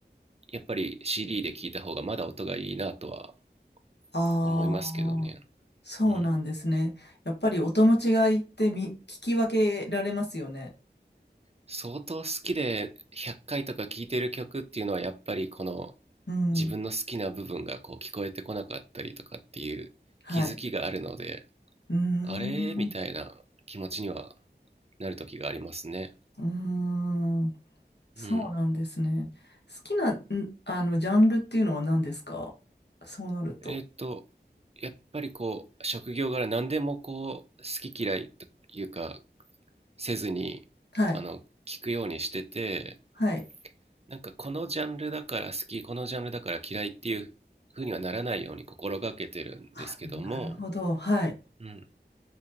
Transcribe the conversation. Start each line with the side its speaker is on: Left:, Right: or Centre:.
Right: やっぱり CD で聞いた方がまだ音がいいなとは
Left: ああ、
Right: 思いますけどね、
Left: そうなんですね。
Right: うん、
Left: やっぱり音の違いってみ、聞き分けられますよね。
Right: 相当好きで100回とか聴いてる曲っていうのはやっぱりこの
Left: うん。
Right: 自分の好きな部分がこう聞こえてこなかったりとかっていう気づきがあるので、
Left: はい。うーん、
Right: あれみたいな気持ちにはなる時がありますね。
Left: うーん、そうなんですね。
Right: うん。
Left: 好きな、んあの、ジャンルっていうのは何ですかそうなると。
Right: えーっと、やっぱりこう職業柄何でもこう好き嫌いというかせずにあの聞くようにしてて、
Left: はい、はい。
Right: なんかこのジャンルだから好き、このジャンルだから嫌いっていうふうにはならないように心がけてるんですけども、
Left: あ、なるほど。はい。
Right: うん。